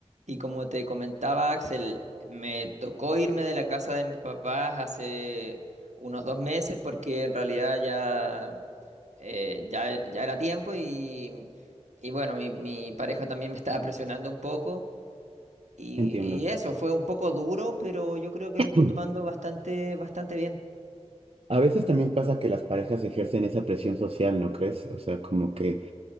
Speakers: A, on the right; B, on the right.
A: Y como te comentaba, Axel, me tocó irme de la casa de mis papás hace unos dos meses porque en realidad ya, eh, ya, e- ya era tiempo y, y bueno, mi, mi pareja también me estaba presionando un poco. Y,
B: Entiendo.
A: y eso, fue un poco duro, pero yo creo que
B: <clears throat>
A: lo estoy tomando bastante, bastante bien.
B: A veces también pasa que las parejas ejercen esa presión social, ¿no crees? O sea, como que